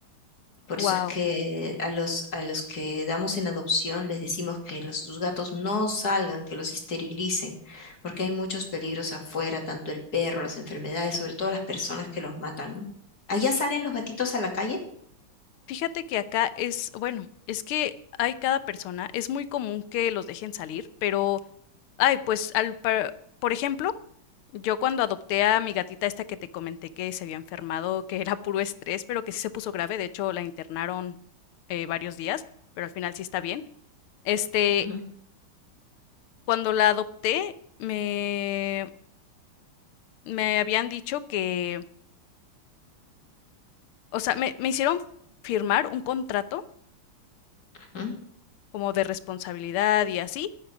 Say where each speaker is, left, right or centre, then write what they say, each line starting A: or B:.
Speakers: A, on the left; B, on the left.
A: Por
B: Wow.
A: eso es que a los, a los que damos en adopción les decimos que los, sus gatos no salgan, que los esterilicen, porque hay muchos peligros afuera, tanto el perro, las enfermedades, sobre todo las personas que los matan, ¿no? ¿Allá salen los gatitos a la calle?
B: Fíjate que acá es bueno, es que hay cada persona, es muy común que los dejen salir, pero Ay, pues, al par por ejemplo, yo cuando adopté a mi gatita esta que te comenté que se había enfermado, que era puro estrés, pero que sí se puso grave, de hecho, la internaron, eh, varios días, pero al final sí está bien. Este,
A: Ujú,
B: cuando la adopté, me me habían dicho que, o sea, me me hicieron firmar un contrato
A: ujú,
B: como de responsabilidad y así,